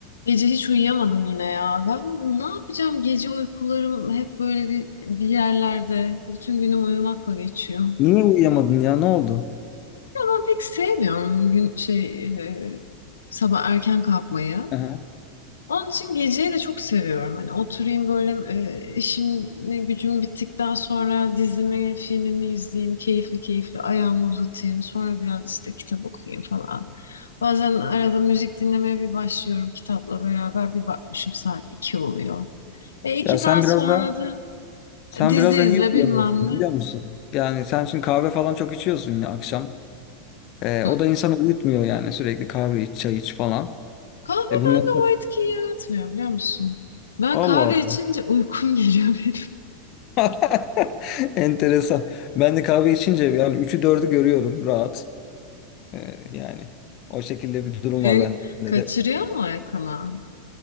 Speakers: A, on the left; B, on the left.
A: Gece hiç uyuyamadım yine ya. Ben ne yapacağım? Gece uykularım hep böyle bir, bir yerlerde. Bütün günüm uyumakla geçiyor.
B: Niye uyuyamadın ya? Ne oldu?
A: Ya ben pek sevmiyorum gün şey e, sabah erken kalkmayı.
B: Aha.
A: Onun için geceyi de çok seviyorum. Hani oturayım böyle e, işim gücüm bittikten sonra dizimi, filmimi izleyeyim. Keyifli keyifli ayağımı uzatayım. Sonra biraz işte kitap okuyayım falan. Bazen arada müzik dinlemeye bir başlıyorum kitapla beraber. Bir bakmışım saat 2 oluyor. E ikiden
B: Ya sen
A: sonra
B: biraz da
A: da
B: sen
A: dizi
B: biraz
A: izle
B: da niye uyuyamıyorsun
A: bilmem ne.
B: biliyor musun? Yani sen şimdi kahve falan çok içiyorsun ya akşam. Ee,
A: Hı.
B: o da insanı uyutmuyor yani sürekli kahve iç, çay iç falan.
A: Kahve
B: E bunları
A: bende o
B: çok-
A: etkiyi yaratmıyor biliyor musun? Ben
B: Allah
A: kahve
B: Allah.
A: içince uykum <laughs> geliyor benim.
B: <laughs> Enteresan. Ben de kahve içince yani üçü dördü görüyorum rahat. Ee, yani o şekilde bir durum
A: Senin
B: var bende
A: kaçırıyor
B: de.
A: mu yakına?